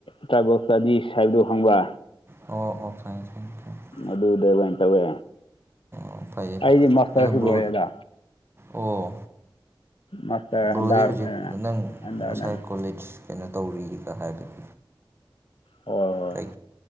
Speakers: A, on the left; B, on the right.
A: ꯇ꯭ꯔꯥꯏꯕꯦꯜ ꯏꯁꯇꯗꯤꯁ ꯍꯥꯏꯕꯗꯨ ꯈꯪꯕ꯭ꯔ
B: ꯑꯣ ꯑꯣ ꯈꯪꯉꯦ ꯈꯪꯉꯦ ꯈꯪꯉꯦ
A: ꯑꯗꯨꯗ ꯑꯣꯏꯅ ꯇꯧꯋꯦ
B: ꯑꯣ ꯐꯩꯌꯦ
A: ꯑꯩꯗꯤ ꯃꯥꯁꯇꯔꯁꯨ
B: ꯑꯗꯣ ꯕ꯭ꯔꯣ
A: ꯂꯣꯏꯔꯦꯗ
B: ꯑꯣ
A: ꯃꯥꯁꯇꯔ
B: ꯕ꯭ꯔꯣꯗꯤ
A: ꯍꯟꯗꯛ
B: ꯍꯨꯖꯤꯛ ꯅꯪ
A: ꯍꯟꯗꯛꯅꯗ
B: ꯉꯁꯥꯏ ꯀꯣꯂꯦꯖ ꯀꯩꯅꯣ ꯇꯧꯔꯤꯒ ꯍꯥꯏ <unintelligible>
A: ꯍꯣꯏ ꯍꯣꯏ
B: ꯀꯩ